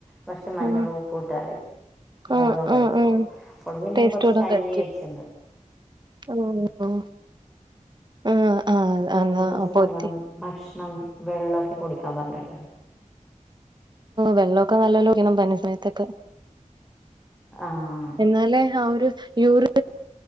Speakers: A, in the centre; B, on the right (about 35°).
A: കൊറച്ച് മഞ്ഞളു
B: ആഹ്
A: ഉപ്പു ഇട്ടാല് മോളു
B: ആഹ്
A: അങ്കഴിച്ചോളും
B: ആഹ് ആഹ്
A: ഓൾക്ക് പിന്നെ
B: ടേസ്റ്റോടം
A: ഞാ കൊറച്ച് കഞ്ഞി
B: കഴിക്കും
A: വെച്ച്ണ്ട്
B: ഓഹ് ആഹ് ആഹ്
A: പ്പൊ രണ്ട്
B: എന്നാ
A: മൂന്നുസം
B: അപ്പൊ
A: നല്ലോണം
B: ഒത്തി
A: ഭക്ഷണം, വെള്ളം, ഒക്കെ കുടിക്കാൻ പറഞ്ഞ്ണ്ട്
B: വെള്ളമൊക്കെ നല്ലോക്കണം പന്യസമയത്തൊക്കെ
A: ആഹ്
B: ന്നാലേ യൂറി